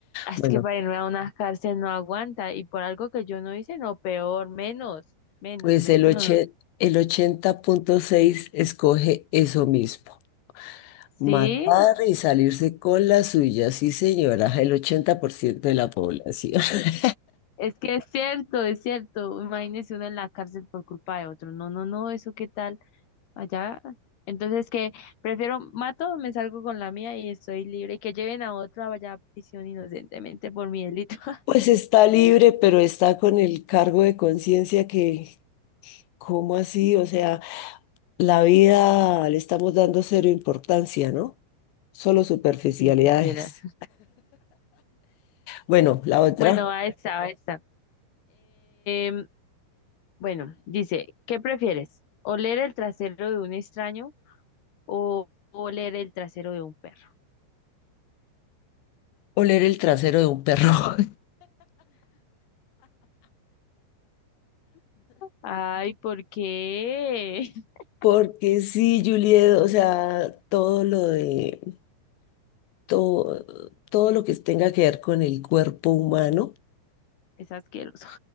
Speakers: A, on the left; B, on the left.
A: Ah, Es
B: Bueno,
A: que para irme a una cárcel no aguanta y por algo que yo no hice, no, peor, menos, menos,
B: pues
A: menos,
B: el oche-
A: no, no.
B: el ochenta punto seis escoge eso mismo.
A: ¿Sí?
B: Matar y salirse con la suya, sí señora, el 80% de la población. <laughs>
A: Es que es cierto, es cierto. Imagínese uno en la cárcel por culpa de otro. No, no, no, eso qué tal allá. Entonces, que prefiero mato, me salgo con la mía y estoy libre. Que lleven a otro allá a prisión inocentemente por mi delito. <laughs>
B: Pues está libre, pero está con el cargo de conciencia que, ¿cómo así? O sea, la vida le estamos dando cero importancia, ¿no? Solo superficialidades.
A: Sí, literal.
B: Bueno, la otra,
A: Bueno, ahí está, ahí está. Em, bueno, dice, ¿qué prefieres? ¿Oler el trasero de un extraño o oler el trasero de un perro?
B: oler el trasero de un perro.
A: Ay, ¿por qué? <laughs>
B: Porque sí, Juliet, o sea, todo lo de, todo, todo lo que tenga que ver con el cuerpo humano,
A: Es asqueroso.